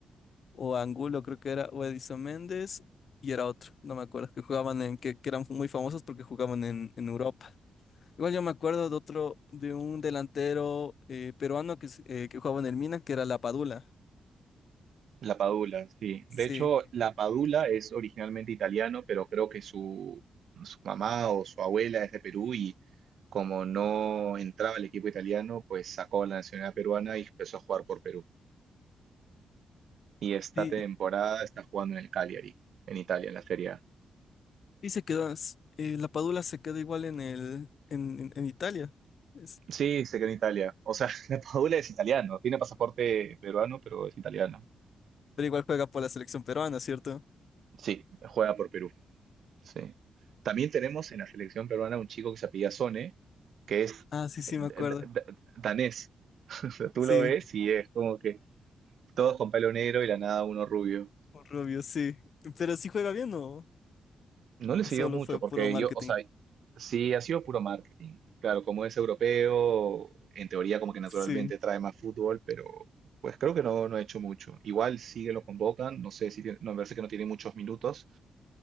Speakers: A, on the left; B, on the right.
A: o Angulo creo que era, o Edison Méndez, y era otro, no me acuerdo, que jugaban en, que, que eran muy famosos porque jugaban en, en Europa. Igual yo me acuerdo de otro, de un delantero eh, peruano que, se- eh, que jugaba en el Milan, que era La Padula.
B: La Padula, sí.
A: Sí,
B: De hecho, la Padula es originalmente italiano, pero creo que su, su mamá o su abuela es de Perú y como no entraba al equipo italiano, pues sacó la nacionalidad peruana y empezó a jugar por Perú. Y esta
A: y,
B: temporada está jugando en el Cagliari, en Italia, en la Serie A.
A: y se quedó, s- eh, La Padula se quedó igual en el, en, en- en Italia, es-
B: Sí, se quedó en Italia. O sea, <laughs> la Padula es italiano, tiene pasaporte peruano, pero es italiano.
A: pero igual juega por la selección peruana, ¿cierto?
B: Sí, juega por Perú. Sí. También tenemos en la selección peruana un chico que se apellida Sone, que es
A: Ah, sí, sí,
B: eh, da-
A: me acuerdo.
B: da- da- danés. <laughs> O sea, tú
A: Sí,
B: lo ves y es como que todos con pelo negro y la nada uno rubio.
A: un rubio, sí. Pero sí juega bien o,
B: No le
A: o
B: siguió
A: solo
B: mucho
A: fue
B: porque
A: puro marketing.
B: yo, o sea, sí ha sido puro marketing. Claro, como es europeo, en teoría como que naturalmente
A: Sí.
B: trae más fútbol, pero pues creo que no, no ha hecho mucho. Igual sí que lo convocan, no sé si tiene- no, me parece que no tiene muchos minutos,